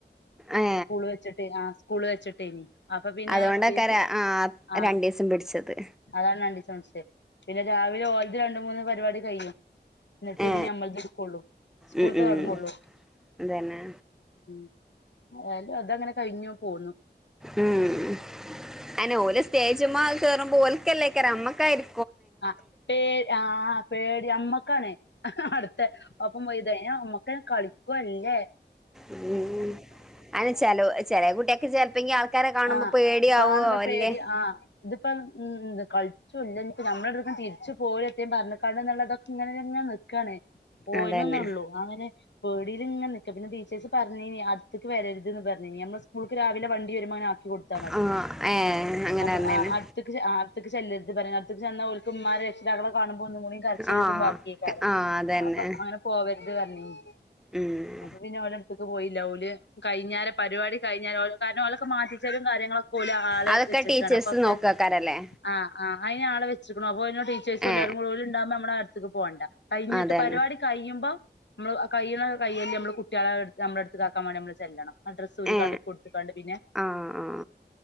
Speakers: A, in the centre; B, on the left.
A: ഏ
B: സ്കൂള് വെച്ചിട്ട് ആഹ് സ്കൂള് വെച്ചിട്ടേനി അപ്പൊ പിന്നെ
A: അതുകൊണ്ടക്കര
B: ഈ
A: ആ
B: ആ
A: രണ്ടീസം പിടിച്ചത്
B: അതാണ് രണ്ടീസം വെച്ചേ പിന്നെ രാവിലെ ഓലത് രണ്ട് മൂന്ന് പരിപാടി കഴിയും എന്നിട്ട്
A: ഏ
B: ഇത് ഞമ്മള് ഇത് എടുക്കുള്ളു സ്കൂള്
A: ഉം
B: തൊടങ്ങുള്ളു
A: ഉം അതന്നെ
B: ഉം ഏതായാലും അതങ്ങനെ കഴിഞ്ഞു പോന്നു
A: ഉം അതിന് ഓല് സ്റ്റേജ്മ്മ കേറുമ്പോ ഓൽക്കല്ലേകേറ് നമ്മക്കായിരി
B: ആഹ് പേ ആഹ് പേടി അമ്മക്കാണ് അടുത്തെ ഒ <unintelligible> കളിക്കുവ ഇല്ലേ
A: ഉം അയിന് ചെലോ ചെലെ കുട്ടിയൊക്കെ ചെലപ്പൊ ഈ ആൾക്കാരെ കാണുമ്പോ
B: ആഹ്
A: പേടിയാവോ
B: കാണുമ്പോ
A: അല്ലേ
B: പേടി ആഹ് ഇതിപ്പം കളിച്ചും ഇല്ലനിപ്പ നമ്മൾ <unintelligible> എന്നുള്ളതൊക്കെ ഇങ്ങനെ ക്കാണ് പോയിനന്നേള്ളൂ
A: അതന്നെ
B: അങ്ങനെ പേടിയിൽ ഇങ്ങെ നിക്ക പിന്ന ടീച്ചേഴ്‌സ് പറഞ്ഞിനി അകത്തേക്ക് വരരുതെന്നു പറഞ്ഞിനി നമ്മള് സ്കൂൾക്ക് രാത് വണ്ടി വരുമ്പം ഇങ്ങന ആക്കി കൊടുത്താൽ മതി
A: ആ ഏ അങ്ങനെ
B: നമ്മള്
A: പറഞ്ഞേന്
B: ആ അത് ത്തെക്ക് ആ അടുത്തെക്ക് ചെല്ലരുത് പറയും അടുത്തേക്ക് ചെന്ന ഓൽക്ക് ഉമ്മാരെ രക്ഷിതാക്കളെ കാണുമ്പോ ഒന്നുംകൂടി കരച്ചിൽതും
A: ആ
B: ബാക്കിയക്കാരം
A: ആ അതന്നെ
B: അപ്പൊ അങ്ങനെ പോവരുത് പറിഞ്ഞിനി
A: ഉം
B: അപ്പോ പിന്നെ ഓലെ അടുത്ത്ക്ക് പോയില്ല ഓല് കഴിഞ്ഞേരെ പര് പരിപാടി കഴിഞ്ഞാൽ കാരണം ഓലൊക്കെ മാറ്റിച്ചലും കാര്യങ്ങളൊക്കെ ഓല് ആളെ
A: അതൊക്കെ
B: വെച്ചക്കാണ്
A: ടീച്ചേഴ്സ്
B: അപ്പൊക്കെ
A: നോക്കാക്കാരല്ലേ
B: ആഹ് ആഹ് അതിന് ആളെ വച്ചിക്ക്ണു അപ്പ അയ്ന് ടീച്ചേഴ്സും എല്ലാരും
A: ഏ
B: ഓല്ണ്ടാകുമ്പോ നമ്മള് അടുത്തേക്ക് പോകണ്ട കഴിഞ്ഞിട്ട്
A: അതന്നെ
B: പരിപാടി കഴിയുമ്പോ നമ്മള് കയ്യുന്ന കയ്യല് നമ്മള് കുട്ടികളെ നമ്മളെ അടുത്ത്ക്ക് ആക്കാൻ വേണ്ടി നമ്മള് ചെല്ലണം ആഹ് ഡ്രസ്സ്‌ ഊരിക്കാണ്ട്
A: ഏ
B: കൊടുത്ത് കാണ്ട് പിന്നെ
A: ആ ആ